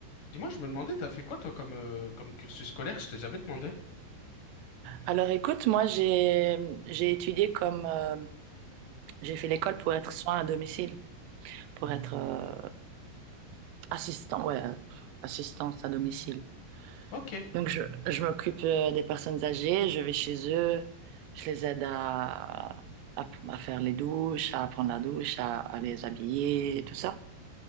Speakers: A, on the left; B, on the right.
A: Dis-moi, je me demandais, t'as fait quoi toi comme, euh, comme cursus scolaire? Je t'ai jamais demandé.
B: Alors écoute, moi j'ai j'ai étudié comme euh, j'ai fait l'école pour être soin à domicile, pour être euh, assistant, ouais, assistance à domicile.
A: Ok,
B: Donc je, je m'occupe euh, des personnes âgées, je vais chez eux, je les aide à, à, à faire les douches, à prendre la douche, à, à les habiller et tout ça.